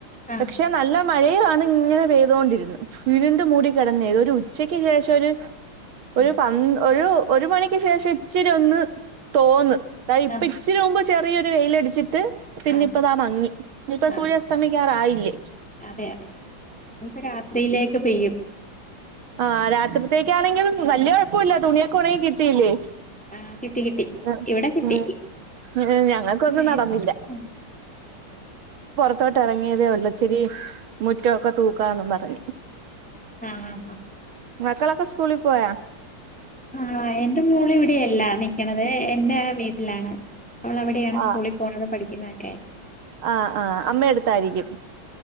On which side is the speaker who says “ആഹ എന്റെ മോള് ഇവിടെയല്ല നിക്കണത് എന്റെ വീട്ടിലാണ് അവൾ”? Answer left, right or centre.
Centre